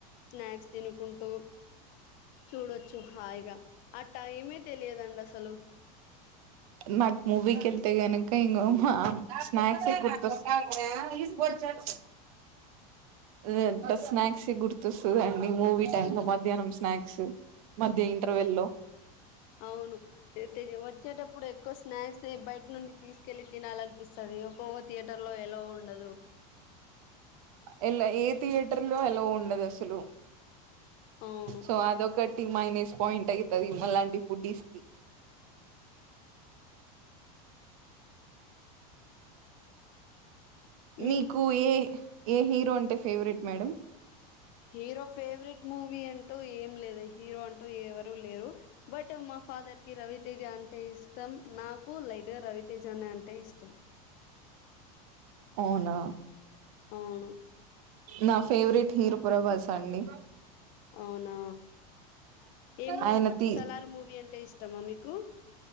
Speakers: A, on the left (about 45°); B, on the right (about 60°).
A: స్నాక్స్ తినుకుంటూ చూడొచ్చు హాయిగా ఆ టైమే తెలియదండి అసలు
B: మాకు మూవీ కి వెళ్తే గనుక ఇంగ స్నాక్స్ ఏ గుర్తొస్తా చెప్పు
A: <unintelligible>
B: లేద్ స్నాక్స్ గుర్తొస్తుందండి. మూవీ టైమ్ లో మధ్యాహ్నం స్నాక్స్ మధ్య ఇంటర్వెల్ లో
A: అవును వచ్చేటప్పుడు ఎక్కువ స్నాక్స్ బయట్ నుండి తీసుకెళ్లి తినాలినిపిస్తది. ఈ ఒక్కొ థియేటర్ లో అలో ఉండదు
B: ఎలా ఏ థియేటర్ లో ఎల్లో ఉండదు అసలు
A: అవును
B: సో అది ఒకట్ మైనస్ పాయింట్ ఐతది మాలాంటి ఫుడీస్కి
A: మింక్
B: మీకు ఏ ఏ హీరో అంటే favourite madam
A: hero favourite movie అంటూ ఏం లేదు హీరో అంటూ ఎవరు లేరు బట్ మా ఫాదర్ కి రవితేజ అంటే ఇష్టం నాకు లైట్ గా రవి జొన్న అంటే ఇష్టం
B: అవునా
A: అవును
B: నా ఫేవరెట్ హీరో ప్రభాసా అండి
A: అవునా ఏము
B: ఆయన తీ
A: సలార్ మూవీ అంటే ఇష్టమా మీకు